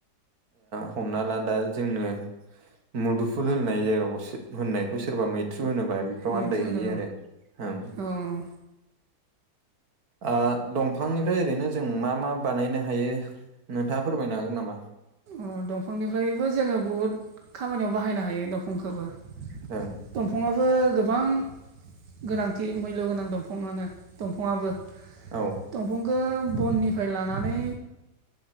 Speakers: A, on the right; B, on the right.
A: हमना ला दा जोंङनो मुदुफुल होननाय जायगायाव हसे होननायखौ सोरबा मैथ्रु होनोबा बेफोराव
B: मैथ्रु
A: आन्दायहैयो
B: होनो
A: आरो औ
B: ओं
A: आ। दंफांनिफ्राय ओरैनो जों मा मा बानायनो हायो नोंथाङा फोरमायनो हागोन नामा?
B: अ दंफांनिफ्रायबो जोङो बहुद खामानियाव बाहायनो हायो दंफांखौबो
A: औ।
B: दंफाङआो गोबां गोनांथि मुल्य गोनां दंफाङानो दंफाङाबो
A: औ
B: दंफांखौ बननिफ्राय लानानै